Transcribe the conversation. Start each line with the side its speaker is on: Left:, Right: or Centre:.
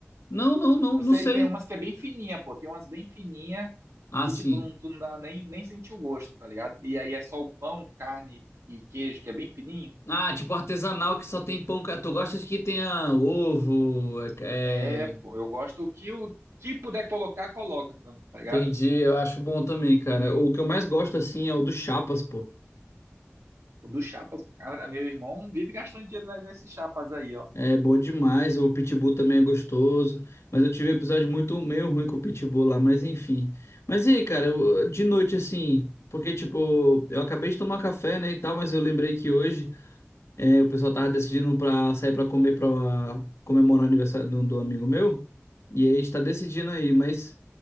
Left: Não, não, não,
Right: Eu
Left: não
Right: sei,
Left: sei.
Right: tem umas que é bem fininha, pô, tem umas bem fininha
Left: Ah,
Right: que,
Left: sim.
Right: tipo, não, tu não dá nem, nem sentir o gosto, tá ligado? E aí é só o pão, carne e queijo, que é bem fininho.
Left: Ah, tipo artesanal que só tem pão. ca- Tu gosta de que tenha ovo? É,
Right: É, pô,
Left: é,
Right: eu gosto o que o que puder colocar, coloca, tá tá ligado?
Left: entendi, eu acho bom também, cara. O que eu mais gosto, assim, é o do Chapas, pô.
Right: O do chapas, cara, meu irmão vive gastando dinheiro ne- nesses chapas aí, ó.
Left: É bom demais. O Pitbull também é gostoso. Mas eu tive um episódio muito meio ruim com o Pitbull lá, mas enfim. Mas e aí, cara, eu- de noite, assim. Porque, tipo, eu acabei de tomar café, né, e tal, mas eu lembrei que hoje. É, o pessoal tava decidindo pra sair pra comer pra comemorar o aniversário do, do amigo meu. E aí a gente tá decidindo aí, mas